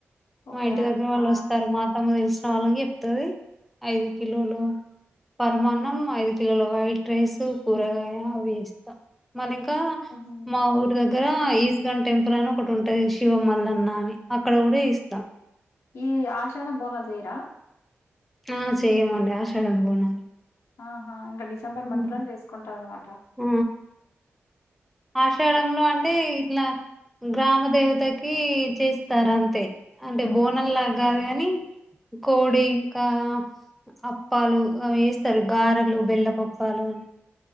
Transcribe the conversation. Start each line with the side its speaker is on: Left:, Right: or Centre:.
Left: ఓకే
Centre: మా ఇంటి
Left: అట్లనా
Centre: దగ్గర వాళ్ళు వస్తారు మా తమ్ము తెలిసిన వాళ్ళకి చెప్తది ఐదు కిలోలు పరమాన్నం ఐదు కిలోల వైట్ రైస్ కూరగాయ అవి ఇస్తాం మది ఇంకా
Left: ఉహు
Centre: మా ఊరు దగ్గర ఈస్గన్ టెంపుల్ అని ఒకటి ఉంటది శివమల్లన్న అని అక్కడ కూడా ఇస్తాం
Left: ఈ ఆషాడం బోనాల్ చేయరా
Centre: ఆ చెయ్యమండి ఆషాడం బోనాలు
Left: ఆహా ఇంకా డిసెంబర్
Centre: హ్మ్.
Left: మంత్ లోనే చేసుకుంటారు అన్నమాట
Centre: ఆ ఆషాడంలో అంటే ఇట్ల గ్రామ దేవతకి చేస్తారు అంతే అంటే బోనం లా కాదు కాని కోడి ఇంకా అప్పాలు అ వేస్తారు గారలు బెల్లపప్పాలు అని